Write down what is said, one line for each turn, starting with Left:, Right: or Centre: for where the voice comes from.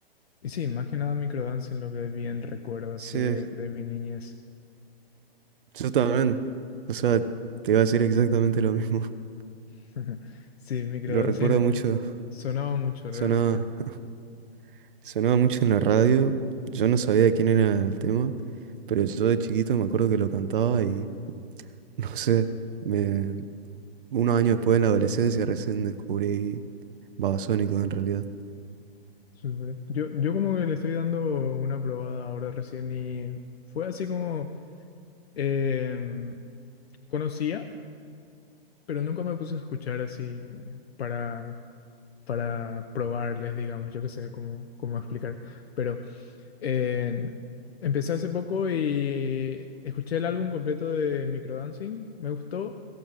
Left: y sí, más que nada microdancing lo que bien recuerdo así
Right: Sí,
Left: de, de mi niñez.
Right: yo también. O sea, te iba a decir exactamente lo mismo. <laughs>
Left: <laughs> Sí, microdancing
Right: Lo recuerdo mucho.
Left: sonaba mucho realmente.
Right: Sonaba. Sonaba mucho en la radio, yo no sabía de quién era el tema, pero yo de chiquito me acuerdo que lo cantaba y <laughs> no sé, me, unos años después en la adolescencia recién descubrí Babasónicos en realidad.
Left: Súper. Yo, yo como que le estoy dando una probada ahora recién y fue así como em, conocía, pero nunca me puse a escuchar así para, para probarles, digamos, yo qué sé cómo, cómo explicar. Pero en- empecé hace poco y escuché el álbum completo de Microdancing, me gustó,